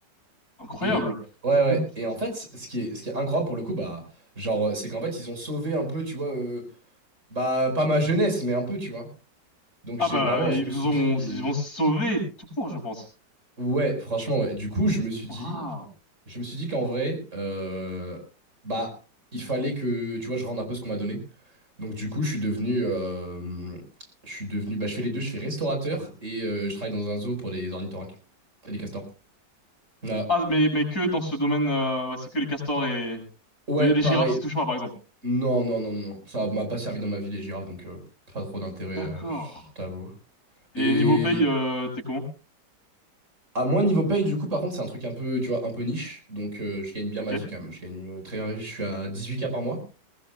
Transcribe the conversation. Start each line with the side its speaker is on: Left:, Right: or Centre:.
Left: incroyable.
Right: Et ouais
Left: <laughs>
Right: ouais et en fait ce qui est ce qui est incroyable pour le coup bah genre euh, c'est qu'en fait ils ont sauvé un peu tu vois euh, bah pas ma jeunesse mais un peu tu vois. Donc
Left: Ah
Right: j'ai
Left: bah,
Right: vraiment
Left: ils
Right: je me suis
Left: vont,
Right: dit
Left: ils vont se sauver tout court, je pense.
Right: ouais franchement ouais. Du coup je me suis
Left: Bravo.
Right: dit Je me suis dit qu'en vrai, euh, bah, il fallait que, tu vois, je rende un peu ce qu'on m'a donné. Donc du coup, je suis devenu, euh, je suis devenu, bah, je fais les deux, je fais restaurateur et euh, je travaille dans un zoo pour les ornithorynques et les castors. Voilà.
Left: Ah, mais, mais que dans ce domaine, euh, ouais, c'est que les castors et
Right: Ouais,
Left: les
Right: pareil.
Left: girafes s'y touchent pas, par exemple.
Right: Non, non, non, non, non. Ça m'a pas servi dans ma vie les girafes, donc euh, pas trop d'intérêt,
Left: D'accord.
Right: euh, je t'avoue.
Left: Et
Right: Et
Left: niveau paye, euh, t'es comment?
Right: à moins niveau paye, du coup, par contre, c'est un truc un peu, tu vois, un peu niche. Donc euh, je gagne bien
Left: Ok.
Right: ma vie quand même. Je gagne euh, très bien ma vie. Je suis à 18K par mois.